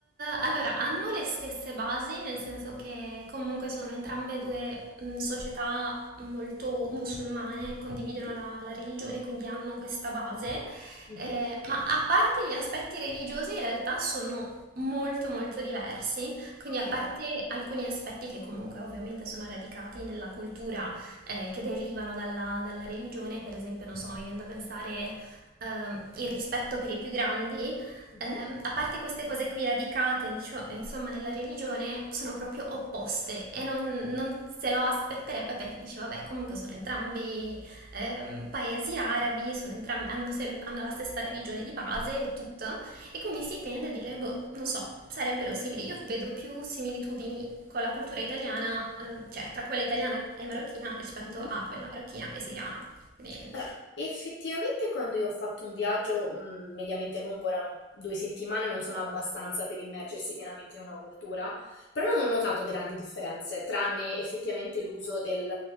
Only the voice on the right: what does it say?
allora, hanno le stesse basi, nel senso che comunque sono entrambe due mh, società molto musulmane, condividono
la, la religione, quindi hanno questa base,
Eh, ma a parte gli aspetti religiosi, in realtà sono molto molto diversi, quindi
a parte alcuni aspetti che comunque ovviamente sono radicati nella cultura eh, che derivano dalla, dalla religione, per esempio, non so, mi viene da pensare ehm, il rispetto per i più grandi,
ehm, a parte queste cose qui radicate, dicio- insomma, nella religione, sono proprio opposte e non, non se lo aspetterebbe perché dice, vabbè, comunque sono entrambi ehm, paesi arabi, sono entram- hanno, sem- hanno la stessa religione di base e tutto, e quindi si tende a dire, boh, non so, sarebbero simili. Io vedo più similitudini con la cultura italiana, eh, cioè tra quella italiana e marocchina rispetto
a quella marocchina e siriana. Quindi